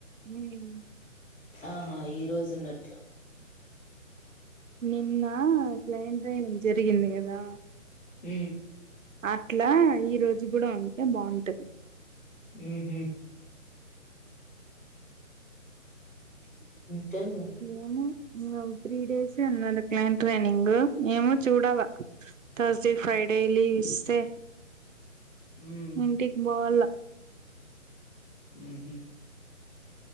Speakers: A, on the right (about 65°); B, on the left (about 65°).
A: ఉమ్.
B: ఆహా ఈ రోజు ఉన్నట్లు.
A: నిన్న క్లయింట్ ట్రైనింగ్ జరిగింది కదా.
B: మ్
A: అట్లా ఈ రోజు కూడా ఉంటే బాగుంటది
B: ఆ హమ్ ఉంటదిలే
A: ఏమీ నవ్వు త్రీ డేస్ అన్నారు క్లైంట్ ట్రైనింగ్ ఏమో చూడాలా థర్స్డే ఫ్రైడే లీవ్ ఇస్తే
B: ఉమ్
A: ఇంటికి బోవాల
B: ఉ హు